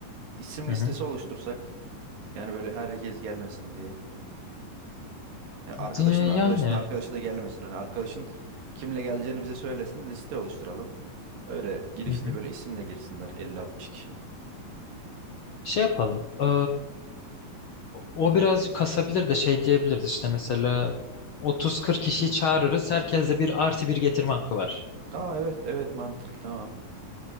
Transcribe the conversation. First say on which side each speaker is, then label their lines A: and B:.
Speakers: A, on the right; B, on the left.
A: İsim
B: Hı
A: listesi
B: hı.
A: oluştursak. Yani böyle herkes gelmesin diye. Yani arkadaşın
B: E,
A: da arkadaşın
B: Yani.
A: da arkadaşı da gelmesin. Yani arkadaşın kimle geleceğini bize söylesin. Liste oluşturalım. Öyle girişte
B: Hı hı.
A: böyle isimle girsinler Elli 60 kişi.
B: Şey yapalım. O o birazcık kasabilir de şey diyebiliriz işte mesela 30-40 kişiyi çağırırız. Herkeste bir artı bir getirme hakkı var.
A: Aa evet evet mantıklı tamam.